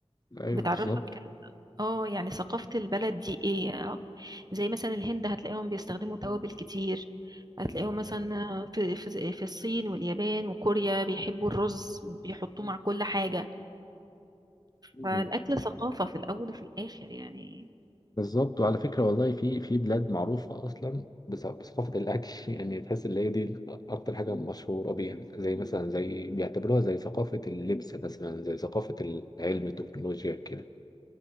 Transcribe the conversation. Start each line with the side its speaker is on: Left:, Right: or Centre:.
Left: ايوه
Right: بتعرفك
Left: بالظبط
Right: ال- اه يعني ثقافة البلد دي ايه آه، زي مثلا الهند هتلاقيهم بيستخدموا توابل كتير هتلاقيهم مثلا في في في الصين واليابان وكوريا بيحبوا الرز بيحطوه مع كل حاجة
Left: مم.
Right: فالأكل ثقافة في الأول وفي الآخر يعني
Left: بالظبط وعلى فكره والله في في بلاد معروفه اصلا بث- بثقافه الاكل <laughs> يعني تحس ان هي دي اكتر حاجه مشهوره بيها زي مثلا زي بيعتبروها زي ثقافه اللبس مثلا زي ثقافه العلم التكنولوجيا كده